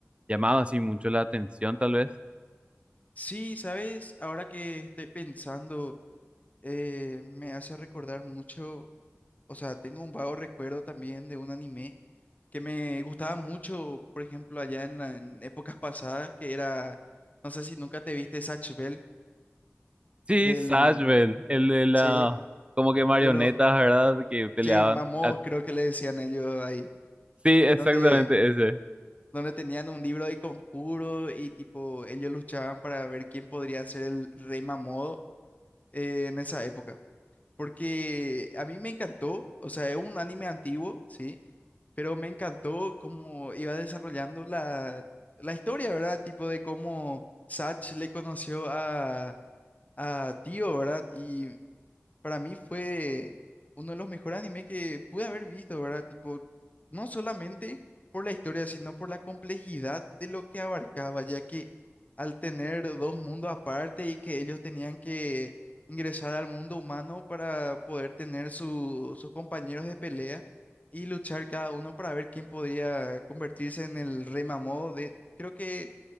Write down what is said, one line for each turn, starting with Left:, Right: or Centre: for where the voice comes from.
Right: llamado así mucho la atención, tal vez.
Left: Sí, ¿sabes? Ahora que estoy pensando, eh, me hace recordar mucho. O sea, tengo un vago recuerdo también de un anime que me gustaba mucho, por ejemplo, allá en, la- en épocas pasadas, que era, no sé si nunca te viste Zatch Bell
Right: Sí,
Left: del,
Right: Sashville, el de la
Left: sí,
Right: como que marionetas,
Left: de los,
Right: ¿verdad? Que peleaban.
Left: sí, Mamos
Right: Ah,
Left: creo que le decían ellos ahí,
Right: Sí, exactamente
Left: donde,
Right: ese.
Left: donde tenían un libro de conjuro y tipo, ellos luchaban para ver quién podría ser el rey Mamodo eh, en esa época. Porque a mí me encantó, o sea, es un anime antiguo, sí pero me encantó cómo iba desarrollando la, la historia, ¿verdad? Tipo de cómo Satch le conoció a, a Tío, ¿verdad? Y para mí fue uno de los mejores animes que pude haber visto, ¿verdad? Tipo, no solamente por la historia, sino por la complejidad de lo que abarcaba, ya que al tener dos mundos aparte y que ellos tenían que ingresar al mundo humano para poder tener su- sus compañeros de pelea y luchar cada uno para ver quién podría convertirse en el rey Mamodo de, creo que